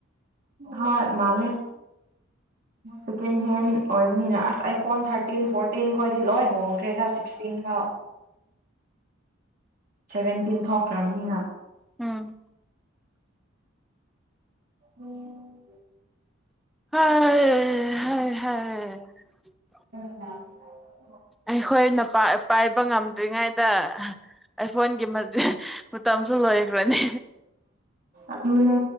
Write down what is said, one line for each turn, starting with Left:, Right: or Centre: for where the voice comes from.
Right: ꯍꯣꯏ ꯃꯥꯜꯂꯦ ꯁꯦꯀꯦꯟ ꯍꯦꯟ ꯑꯣꯏꯕꯅꯤꯅ ꯑꯁ ꯑꯩ ꯐꯣꯟ ꯊꯥꯔꯇꯤꯟ ꯐꯣꯔꯇꯤꯟ ꯈꯣꯏꯗꯤ ꯂꯣꯏ ꯍꯣꯡꯈ꯭ꯔꯦꯗ ꯁꯤꯛꯁꯇꯤꯟ ꯐꯥꯎ ꯁꯦꯚꯦꯟꯇꯤꯟ ꯊꯣꯛꯈ꯭ꯔꯕꯅꯤꯅ
Centre: ꯎꯝ
Right: ꯎꯝ
Centre: <unintelligible> <inaudible>
Right: <unintelligible>
Centre: ꯑꯩꯈꯣꯏꯅ ꯄꯥꯏꯕ ꯉꯝꯗ꯭ꯔꯤꯉꯩꯗ ꯑꯥꯏꯐꯣꯟꯒꯤ ꯃꯇꯝꯁꯨ ꯂꯣꯏꯈ꯭ꯔꯅꯤ꯫
Right: ꯑꯗꯨꯅꯦ